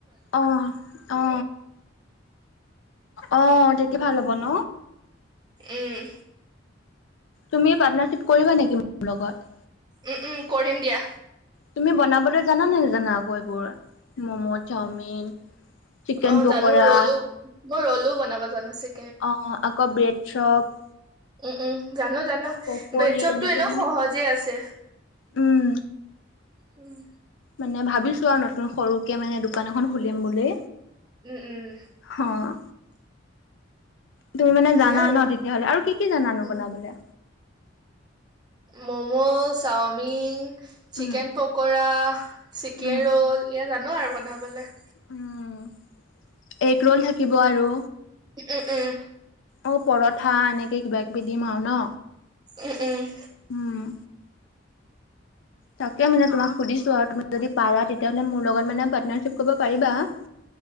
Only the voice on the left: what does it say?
অ অ। অ তেতিয়া ভাল হ'ব ন।
তুমি পাৰ্টনাৰিপ কৰিবা নেকি মোৰ লগত?
তুমি বনাবলৈ জানা নে নাজানা আও। বোৰ মম, চাওমিন, চিকেন
পকৰা।
অ আকৌ ব্ৰেড চপ।
পকৰী
এনেকে
দিম।
উম,
মানে ভাবিছো আৰু নতুন সৰুকে মানে দোকান এখন খুলিম বুলি।
অ', তুমি মানে
জানা
ন তেতিয়াহ'লে আৰু কি কি জানানো
বনাবলে?
উম,
উম,
উম এগ ৰোল থাকিব আৰু।
অ পৰঠা এনেকে কিবা কিবি দিম আৰু ন।
উম। তাকে মানে তোমাক সুধিছো আৰু তুমি যদি পাৰা তেতিয়াহ'লে মোৰ লগত মানে পাৰ্টনাৰশ্বিপ কৰিব পাৰিবা। <inaudible>